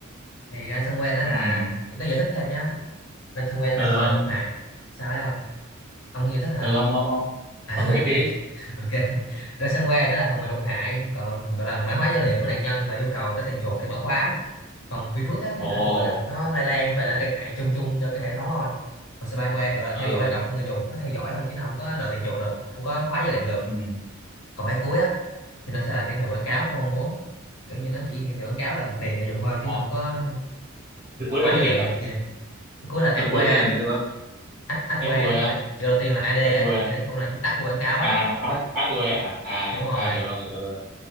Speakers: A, on the left (about 75°); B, on the right (about 30°).
A: thì ransomware nó là
B: ừ
A: tôi giải thích thêm nhé ransomware
B: ừ
A: là phần
B: ông
A: mềm độc hại sao đấy ông ông muốn giải thích hả
B: ừ ông ông ông
A: à,
B: ông giải thích đi
A: <laughs> ok ransomware nó là phần mềm độc hại còn gọi là mã hóa dữ liệu của nạn nhân và yêu cầu trả tiền chuộc để mở khóa còn virus á,
B: ồ
A: thì nó gọi là nó lây lan và nó gây hại chung chung cho cái hệ thống thôi còn spyware thì gọi là theo
B: ừ
A: dõi hoạt động của người dùng nó theo dõi thôi chứ nó không có đòi tiền chuộc được không có khóa dữ liệu được
B: ừ
A: còn cái cuối á, thì nó sẽ là hiển thị quảng cáo không mong muốn kiểu như nó chỉ hiển thị quảng cáo làm phiền người dùng thôi chứ
B: Ờ,
A: nó không có
B: cái cuối
A: khóa
B: là
A: dữ
B: cái gì
A: liệu
B: nhỉ
A: này kia cuối là adware
B: Cái cuối tên là
A: ấy,
B: gì tôi cơ?
A: ad- adware
B: FWE,
A: á, là chữ đầu tiên là ad ấy,
B: FWE.
A: thì nó cũng là viết tắt của quảng cáo
B: À,
A: ấy
B: Ad- AdWe hả? À,
A: đúng rồi
B: à hiểu rồi, hiểu rồi.